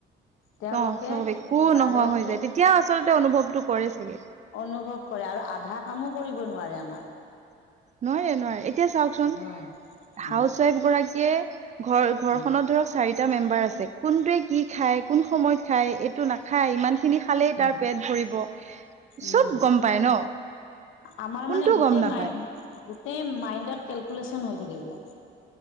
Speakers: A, on the left (about 80°); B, on the right (about 35°).
A: তেওঁলোকে
B: অ', চ'ব একো
A: তাৰেতো
B: নোহোৱা হৈ যায় তেতিয়া আচলতে অনুভৱতো কৰে চাগে।
A: অনুভৱ কৰে আৰু আধা কামো কৰিব নোৱাৰে আমাৰ।
B: নোৱাৰে নোৱাৰে এতিয়া চাওঁকচোন
A: নোৱাৰে। উম,
B: হাউচ ৱাইফ গৰাকীয়ে ঘৰ ঘৰখনত
A: উম,
B: ধৰক চাৰিটা মেম্বাৰ আছে কোনটোৱে কি খায় কোন সময়ত খায়। টো নাখায় ইমানখিনি খালেই
A: উম,
B: তাৰ পেট ভৰিব। চব
A: উম,
B: গম পায় ন
A: আমাৰ
B: কোনটো
A: মানে গোটেই
B: গম নাপায়
A: মাই গোটেই মাইণ্ডত কেলকুলেশ্যন হৈ থাকে এইবলাক।